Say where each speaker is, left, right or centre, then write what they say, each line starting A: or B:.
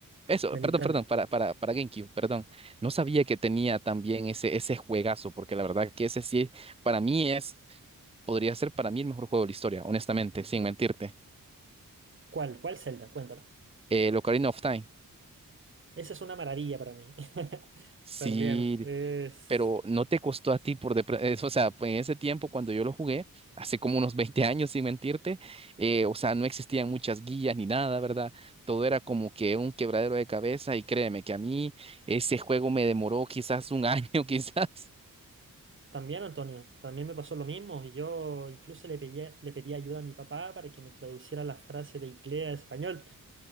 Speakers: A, on the right (about 15°); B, on the right (about 35°).
A: Eso,
B: de
A: perdón,
B: Nintendo.
A: perdón, para, para, para GameCube, perdón. No sabía que tenía también ese, ese juegazo, porque la verdad que ese sí, para mí es, podría ser para mí el mejor juego de la historia, honestamente, sin mentirte.
B: ¿Cuál? ¿Cuál Zelda? Cuéntame.
A: El Ocarina of Time.
B: Esa es una maravilla para mí. <laughs>
A: Sí,
B: También es...
A: pero no te costó a ti por de pre- eso, o sea, pues, en ese tiempo cuando yo lo jugué, hace como unos <laughs> 20 años, sin mentirte, eh, o sea, no existían muchas guías ni nada, ¿verdad? Todo era como que un quebradero de cabeza y créeme que a mí ese juego me demoró quizás un <laughs> año, quizás,
B: También, Antonio, también me pasó lo mismo. y Yo incluso le pedí, le pedí ayuda a mi papá para que me traduciera la frase de inglés a español.